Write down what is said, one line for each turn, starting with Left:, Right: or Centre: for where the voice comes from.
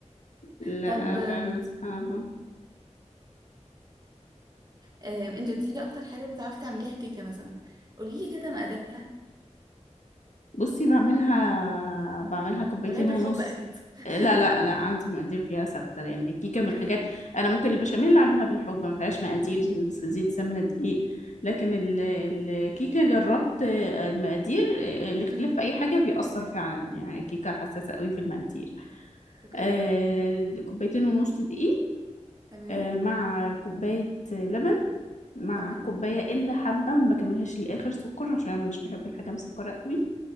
Left: لا
Right: طب آم،
Left: فعلا سبحان الله
Right: آم، انت قلتي لي اكتر حاجه بتعرفي تعمليها كيكه مثلا قولي لي كده مقاديرها
Left: بصي بعملها بعملها كوبايتين
Right: تعمليها بالحب
Left: ونص
Right: اكيد <laughs>
Left: لا لا لا عندي مقادير فيها ثابتة لأن الكيكة
Right: اوكي
Left: من الحاجات أنا ممكن البشاميل أعملها بالحب ما فيهاش مقادير زيت سمنة دقيق لكن ال- الكيكة جربت المقادير الاختلاف
Right: امم
Left: في أي حاجة بيأثر فعلا يعني الكيكة حساسة قوي في المقادير
Right: اوكي
Left: آه، كوبايتين ونص دقيق
Right: تمام
Left: آه، مع كوباية لبن مع
Right: تمام
Left: الكوباية إلا حبة ما بكملهاش للآخر سكر عشان أنا مش بحب الحاجة مسكرة قوي